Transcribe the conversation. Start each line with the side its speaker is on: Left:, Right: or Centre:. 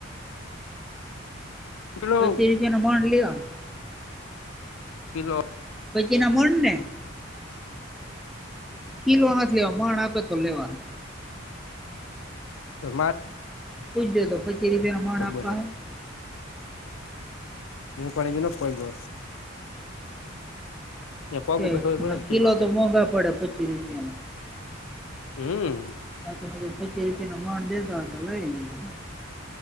Left: કિલો
Centre: પછી રૂપિયા નનો મણ લીહ -
Left: કિલો
Centre: પછી ના મણ ને કિલો નત લેવા મણ આપે તો લેવાનું
Left: તો મારે
Centre: પૂજજો તો પછી રૂપિયા ના મણ આપવા
Left: બોલા
Centre: હ
Left: હૂ પણ અજુ નથ પોયગો પગ
Centre: હમ્મ
Left: ઉપર ખબર પડે ને
Centre: કિલો
Left: કેમ
Centre: લોતો
Left: આપે
Centre: મોંઘા પડે પચી રૂપિયા
Left: હમ્મ
Centre: આ ત હ પચી રૂપિયા નો મણ દેતો હોતો લય લિયે